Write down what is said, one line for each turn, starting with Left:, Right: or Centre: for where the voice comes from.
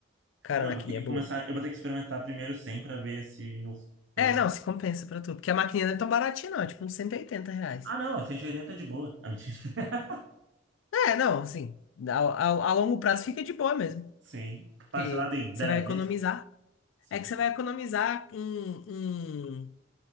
Left: Cara,
Right: É, não,
Left: a maquininha
Right: eu vou ter que
Left: é boa.
Right: começar. Eu vou ter que experimentar primeiro 100 pra ver se eu. se eu-
Left: É, não, se compensa pra tu. Porque a maquininha não é tão baratinha, não. É tipo uns 180 reais.
Right: Ah, não, 180 é de boa. Ah, mentira. <laughs>
Left: É, não, assim. A, a, a longo prazo fica de boa mesmo.
Right: Sim.
Left: Porque
Right: Parcelado em
Left: você
Right: 10
Left: vai economizar.
Right: vezes? Sim.
Left: É que você vai economizar em, em-